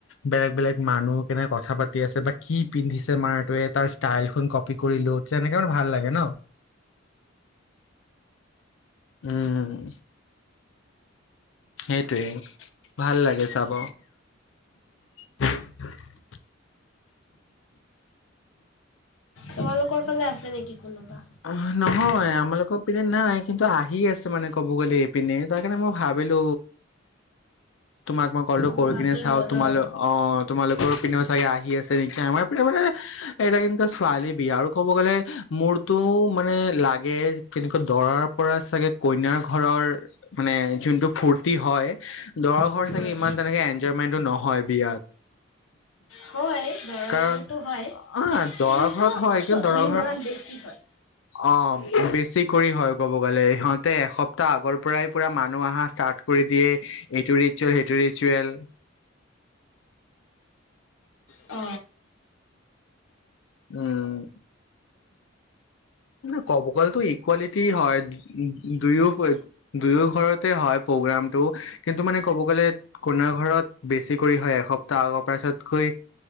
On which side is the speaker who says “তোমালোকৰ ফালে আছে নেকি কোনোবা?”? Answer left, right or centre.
Left